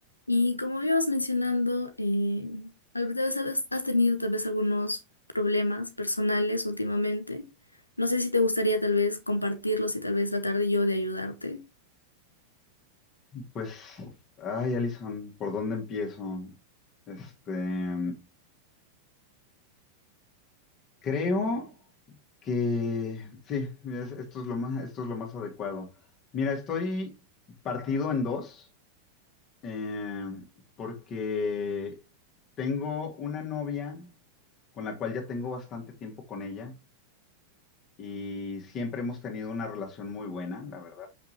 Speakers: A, on the left; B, on the left.
A: Y como íbamos mencionando, eh, al- tal vez has has tenido tal vez algunos problemas personales últimamente. No sé si te gustaría tal vez compartirlos y tal vez tratar de yo de ayudarte.
B: Pues, ay, Alison, ¿por dónde empiezo? Este, creo que sí, es- esto es lo más, esto es lo más adecuado. Mira, estoy partido en dos, eh, porque tengo una novia con la cual ya tengo bastante tiempo con ella y siempre hemos tenido una relación muy buena, la verdad.